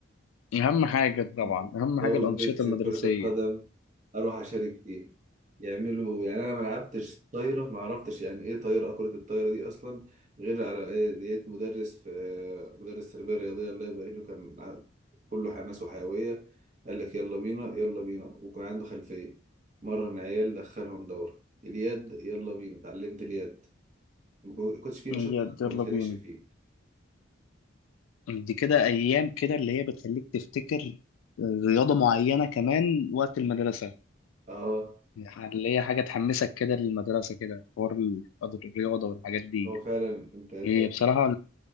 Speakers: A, on the left; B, on the right.
A: أهم حاجة طبعا
B: <laughs>
A: أهم
B: دورة
A: حاجة الأنشطة
B: بيبسي
A: المدرسية
B: وكرة القدم أروح أشارك فيها يعملوا يعني أنا ما لعبتش طايرة ما عرفتش يعني إيه طايرة كرة الطايرة دي أصلا غير على إيه ديت مدرس في مدرس تربية رياضية الله يبارك له كان ع- كله حماس وحيوية قال لك يلا بينا يلا بينا وكان عنده خلفية مرن عيال دخلهم دورة اليد يلا بينا اتعلمت اليد ما كنتش فيه
A: يلا
B: نشاط إلا
A: يلا
B: ما بشاركش
A: بينا
B: فيه
A: دي كده أيام كده اللي هي بتخليك تفتكر رياضة معينة كمان وقت المدرسة
B: اه
A: يعني اللي هي حاجة تحمسك كده للمدرسة كده حوار الرياضة والحاجات دي
B: هو فعلا انت انت
A: هي بصراحة